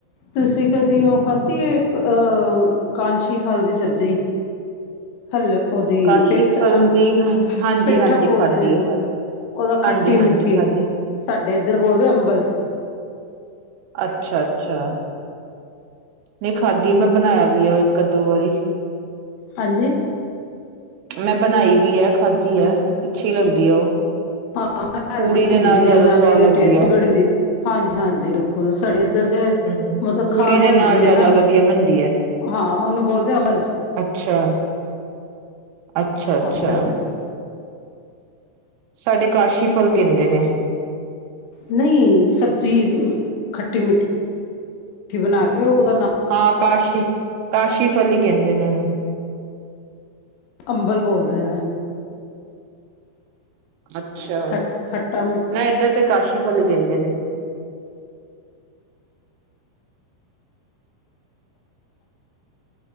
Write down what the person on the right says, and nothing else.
ਕਾਸ਼ੀ
ਫਲ
ਦੀ ਹਾਂਜੀ
ਹਾਂਜੀ
ਖਾਧੀ
ਹੈ ਖਾਧੀ
ਹਾਂਜੀ ਹਾਂਜੀ
ਖਾਧੀ
ਅੱਛਾ-ਅੱਛਾ ਨਹੀਂ ਖਾਧੀ ਮੈਂ ਬਣਾਇਆ ਵੀ ਆ ਇੱਕ ਦੋ ਵਾਰੀ
ਮੈਂ ਬਣਾਈ ਵੀ ਹੈ ਖਾਧੀ ਹੈ ਅੱਛੀ ਲੱਗਦੀ ਹੈ ਉਹ
ਪੂੜੀ ਦੇ
ਨਾਲ ਜ਼ਿਆਦਾ
ਸਵਾਦ ਲੱਗਦੀ
ਆ
ਹੂੰ।
ਪੂੜੀ
ਦੇ
ਨਾਲ ਜ਼ਿਆਦਾ
ਵਧੀਆ ਬਣਦੀ ਐ।
ਅੱਛਾ, ਅੱਛਾ-
ਅੱਛਾ
ਸਾਡੇ ਕਾਸ਼ੀ ਫਲ ਕਹਿੰਦੇ ਨੇ।
ਹਾਂ, ਕਾਸ਼ੀ, ਕਾਸ਼ੀ ਫਲ ਹੀ ਕਹਿੰਦੇ ਨੇ, ਉਹਨੂੰ
ਅੱਛਾ,
ਨਾ ਇੱਧਰ 'ਤੇ ਕਾਸ਼ੀ ਫ਼ਲ ਕਹਿੰਦੇ ਨੇ।